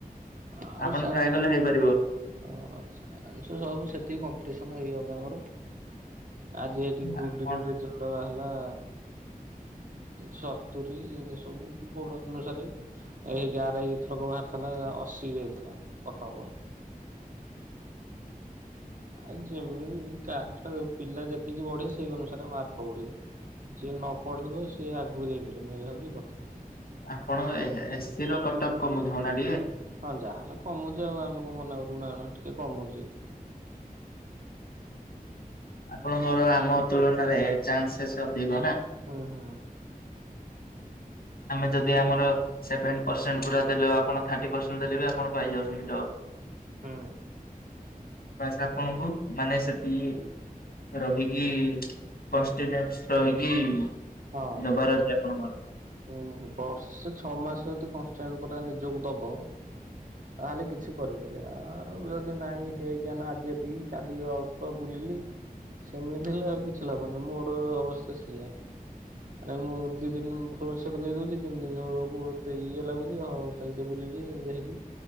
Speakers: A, on the right; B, on the left.
A: ଆଉ
B: ଆପଣ
A: ସାର୍
B: ଟ୍ରାଏ କଲେ ହେଇପାରିବ।
A: ଓ ଆଛା ଆ ସବୁ ସେତିକି କମ୍ପିଟିସନ ହେଇଆଉନି ଆମର। ଆଜି ଏଇଠି ଗ୍ରୁପ
B: ଆପଣ
A: ଡି ର ରେଜଲ୍ଟ ବାହାଲା ସତୁରୀ ଏନ୍ତିଆ ସବୁ ବଡ ଅନୁସାରେ। ଏଇଠି ଆର ଆଇ ଏଥରକ ବାହାରିଥିଲା ଅଶୀ ହେଇଥିଲା କଟପ। ଆ ଯେମିତି କାଷ୍ଟ ପିଲା ଯେତିକି ବଢିଏ ସେଇ ଅନୁସାରେ ମାର୍କ ବଢିବ। ଯିଏ ନ ପଢିବ ସିଏ ଆଗକୁ ଯାଇପାରିବନି ଏଇଆ ହଉଛି କଥା।
B: ଆପଣ ଏ ଏସିି ର କଟପ କମୁଥିବ ନା ଟିକେ।
A: ହଁ ଯାହାଲେ କମୁଚି ଆଉ ଆମ କଣ ମନା କରବୁ ନା କଣ ଟିକେ କମୁଚି।
B: ଆପଣଙ୍କର ଆମ ତୁଳନାରେ ଚାନ୍ସଶେଷ ଅଧିକ ନା।
A: ହୁଁ ହୁଁ।
B: ଆମେ ଯଦି ଆମର ସେଭେନ ପରସେଣ୍ଟ ପୁରା ଦେଲେ ଆପଣ ଥାର୍ଟି ପରସେଣ୍ଟ ଦେଲେ ବି ଆପଣ ପାଇଯାଉଛନ୍ତି ଜବ୍।
A: ହୁଁ।
B: ବାସ ଆପଣଙ୍କୁ ମାନେ ସେତି ରହିକି କଷ୍ଟିନଟ୍ସ ରହିକି
A: ହଁ।
B: ଦବାର ଅଛି ଆପଣଙ୍କର।
A: ହୁଁ ବର୍ଷେ ଛଅ ମାସ ଯଦି କନଷ୍ଟାଣ୍ଟ ପୁରା ନିଜକୁ ଦବ ତାହେଲେ କିଛି କରିପାରିଆ ଆଉ ଯଦି ନାଇଁ ହେ ଆଜ୍ଞା ନା ଆଜି ଏତିକି କାଲି ଅଳ୍ପ ବୁଲିଲି ସେମିତି ହେଲେ ଆଉ କିଛି ଲାଭନି, ମୋର ଅବସ୍ଥା ସେଇଆ। ଆରେ ମୁଁ ଦି ଦିନ ଭଲ ସେବ ଦେଇ ଦଉଛି ତିନି ଦିନ ଏଳକୁ ଏତେ ଇଏ ଲାଗୁଛି ଆଉ ଚାଲି ଟେ ବୁଲିବ ଆଉ ହେକି